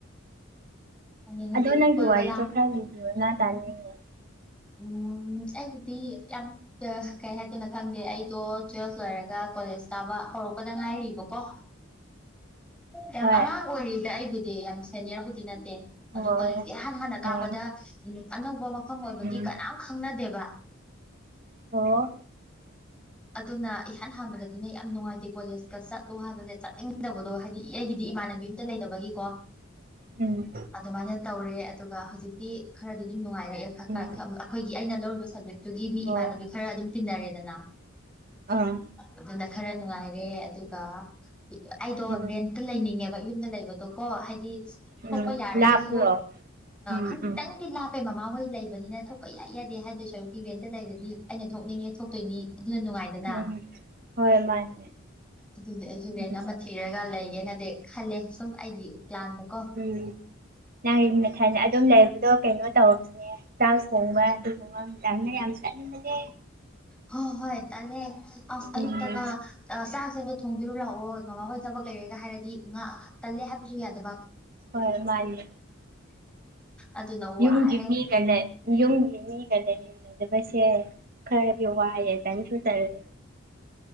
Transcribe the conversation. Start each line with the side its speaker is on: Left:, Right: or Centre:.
Centre: ꯑꯅꯤ ꯍꯧꯖꯤꯛ
Right: ꯑꯗꯣ ꯅꯪꯒꯤ
Centre: ꯀꯣꯏꯕ
Right: ꯋꯥꯔꯤꯗꯣ
Centre: ꯂꯥꯡ
Right: ꯈꯔ ꯂꯤꯕꯤꯌꯣꯅ ꯇꯥꯅꯤꯡꯉꯦ
Centre: ꯎꯝ ꯑꯩꯕꯨꯗꯤ ꯌꯥꯝ ꯀꯩ ꯍꯥꯏꯗꯣꯏꯅꯣ ꯈꯪꯗꯦ ꯑꯩꯗꯣ ꯇꯨꯋꯦꯜꯐ ꯂꯣꯏꯔꯒ ꯀꯣꯂꯦꯖ ꯀꯥꯕ ꯍꯧꯔꯛꯄꯗ ꯉꯥꯏꯔꯤꯕꯣ ꯀꯣ ꯌꯥꯝ
Right: ꯍꯣꯏ
Centre: ꯑꯉꯥꯡ ꯑꯣꯏꯔꯤꯗ ꯑꯩꯕꯨꯗꯤ ꯌꯥꯝ ꯁꯦꯅꯤꯌꯔꯕꯨꯗꯤ ꯅꯠꯇꯦ
Right: ꯑꯣ
Centre: ꯑꯗꯣ ꯀꯣꯂꯦꯖꯁ ꯏꯍꯥꯟ ꯍꯥꯟꯅ
Right: ꯑꯣ
Centre: ꯀꯥꯕꯗ ꯑꯅꯧꯕ ꯃꯐꯝ ꯑꯣꯏꯕꯒꯤ
Right: ꯎꯝ
Centre: ꯀꯅꯥꯝ ꯈꯪꯅꯗꯦꯕ
Right: ꯑꯣ
Centre: ꯑꯗꯨꯅ ꯏꯍꯥꯟ ꯍꯥꯟꯕꯗꯤꯅꯦ ꯌꯥꯝ ꯅꯨꯡꯉꯥꯏꯇꯦ ꯀꯣꯂꯦꯖꯀ ꯆꯠꯂꯣ ꯍꯥꯏꯕꯁꯦ ꯆꯠꯅꯤꯡꯗꯕꯗꯣ ꯍꯥꯏꯗꯤ ꯑꯩꯒꯤꯗꯤ ꯏꯃꯥꯟꯅꯕꯤ ꯑꯝꯇ ꯂꯩꯇꯕꯒꯤꯀꯣ
Right: ꯎꯝ
Centre: ꯑꯗꯨꯃꯥꯏꯅ ꯇꯧꯔꯦ ꯑꯗꯨꯒ ꯍꯧꯖꯤꯛꯇꯤ ꯈꯔꯗꯤ ꯑꯗꯨꯝ ꯅꯨꯡꯉꯥꯏꯔꯛꯑꯦ ꯈꯔ
Right: ꯎꯝ
Centre: ꯈꯔ ꯑꯩꯈꯣꯏꯒꯤ ꯑꯩꯅ ꯂꯧꯔꯤꯕ ꯁꯕꯖꯦꯛꯇꯨꯒꯤ ꯃꯤ
Right: ꯑꯣ
Centre: ꯏꯃꯥꯟꯅꯕꯤ ꯈꯔ ꯑꯗꯨꯝ ꯇꯤꯟꯅꯔꯦꯗꯅ
Right: ꯑꯥ
Centre: ꯑꯗꯨꯅ ꯈꯔ ꯅꯨꯡꯉꯥꯏ ꯔꯦ ꯑꯗꯨꯒ ꯑꯩꯗꯣ
Right: ꯎꯝ
Centre: ꯔꯦꯟꯇ ꯂꯩꯅꯤꯡꯉꯦꯕ ꯌꯨꯝꯗ ꯂꯩꯕꯗꯣ ꯀꯣ ꯍꯥꯏꯗꯤ ꯊꯣꯛꯄ
Right: ꯎꯝ
Centre: ꯌꯥꯔꯒꯁꯨ
Right: ꯂꯥꯞꯄ꯭ꯔꯣ ꯎꯝ
Centre: ꯈꯔꯇꯪꯗꯤ
Right: ꯎꯝ
Centre: ꯂꯞꯄꯦ ꯑꯩꯈꯣꯏ ꯃꯃꯥꯍꯣꯏ ꯂꯩꯕꯅꯤꯅ ꯊꯣꯛꯄ ꯌꯥꯏ ꯌꯥꯗꯦ ꯍꯥꯏꯗꯣꯏ ꯁꯔꯨꯛꯀꯤ ꯔꯦꯟꯠꯇ ꯂꯩꯔꯗꯤ ꯑꯩꯅ ꯊꯣꯛꯅꯤꯡꯉꯦ ꯊꯣꯛꯇꯣꯏꯅꯤ ꯑꯗꯨꯅ ꯅꯨꯡꯉꯥꯏꯗꯅ
Right: ꯎꯝ ꯍꯣꯏ ꯃꯥꯅꯦ
Centre: ꯑꯗꯨꯏꯗꯤ ꯑꯩꯁꯨ ꯔꯦꯟ
Right: ꯎꯝ
Centre: ꯑꯃ ꯊꯤ ꯊꯤꯔꯒ ꯂꯩꯒꯦꯅꯗꯤ ꯈꯜꯂꯦ ꯁꯨꯝ ꯑꯩꯒꯤ ꯄ꯭ꯂꯥꯟꯗ ꯀꯣ
Right: ꯎꯝ ꯅꯪꯒꯤ ꯅꯊꯟꯗ ꯑꯗꯨꯝ ꯂꯩꯕꯗꯣ ꯀꯩꯅꯣ ꯇꯧꯅꯦ ꯆꯥꯛ ꯊꯣꯡꯕ ꯑꯗꯨꯒꯨꯝꯕ ꯌꯥꯝ ꯆꯪꯕꯅꯦ
Centre: ꯍ ꯍꯣꯏ ꯇꯜꯂꯦ
Right: ꯎꯝ
Centre: ꯑꯌꯨꯛꯇꯒ ꯑ ꯆꯥꯛꯁꯦ ꯑꯝꯇ ꯊꯣꯡꯕꯤꯔꯨ ꯂꯥꯛꯑꯣ ꯃꯃꯥꯍꯣꯏ ꯊꯕꯛ ꯂꯩꯔꯦꯒ ꯍꯥꯏꯔꯗꯤ ꯉꯥ ꯇꯜꯂꯦ ꯍꯥꯏꯕꯁꯨ ꯌꯥꯗꯕ
Right: ꯍꯣꯏ ꯃꯥꯅꯦ
Centre: ꯑꯗꯨꯅ ꯋꯥꯔꯦ
Right: ꯌꯨꯝꯒꯤ ꯃꯤꯒ ꯌꯨꯝꯒꯤ ꯃꯤꯒꯅꯦ ꯂꯩꯃꯤꯟꯅꯗꯕꯁꯦ ꯈꯔꯗꯤ ꯋꯥꯏꯌꯦ ꯇꯟꯁꯨ ꯇꯜꯂꯦ